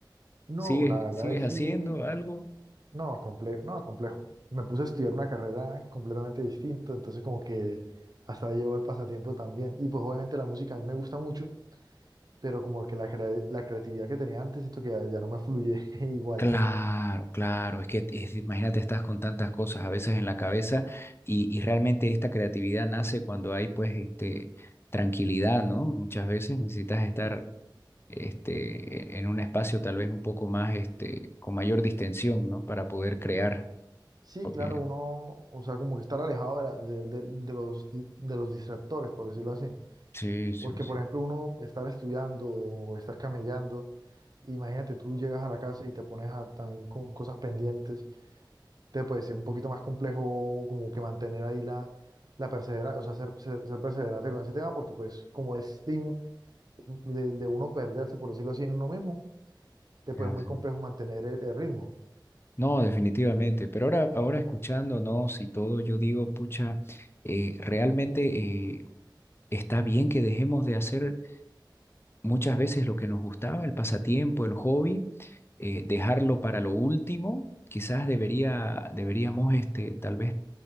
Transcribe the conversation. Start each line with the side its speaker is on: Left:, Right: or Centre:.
Right: No,
Left: ¿Sigues,
Right: la verdad
Left: sigues
Right: es
Left: haciendo
Right: sí,
Left: algo?
Right: no, complejo, no, complejo. Me puse a estudiar una carrera completamente distinta, entonces como que hasta ahí llegó el pasatiempo también. Y pues obviamente la música a mí me gusta mucho, pero como que la, crea- la creatividad que tenía antes siento que ya, ya no me fluye <laughs> igual.
Left: Claro, claro, es que es- imagínate, estás con tantas cosas a veces en la cabeza y, y realmente esta creatividad nace cuando hay pues este, tranquilidad, ¿no? Muchas veces necesitas estar este, en un espacio tal vez un poco más, este, con mayor distensión, ¿no? Para poder crear,
Right: Sí,
Left: porque
Right: claro, uno, o sea, como que estar alejado de, la- de- de- de los, di- de los distractores, por decirlo así.
Left: sí, sí,
Right: Porque,
Left: sí.
Right: por ejemplo, uno estar estudiando o estar camellando, imagínate, tú llegas a la casa y te pones a, también con cosas pendientes, te puede ser un poquito más complejo como que mantener ahí la, la perseverancia, o sea, ser, ser, ser perseverante con ese tema, porque pues como es de, in- de- de uno perderse, por decirlo así, en uno mismo, te puede
Left: es
Right: ser muy complejo
Left: así.
Right: mantener el, el ritmo.
Left: No, definitivamente, pero ahora, ahora escuchándonos y todo, yo digo, pucha, eh, realmente eh, está bien que dejemos de hacer muchas veces lo que nos gustaba, el pasatiempo, el hobby, eh, dejarlo para lo último, quizás debería, deberíamos, este, tal vez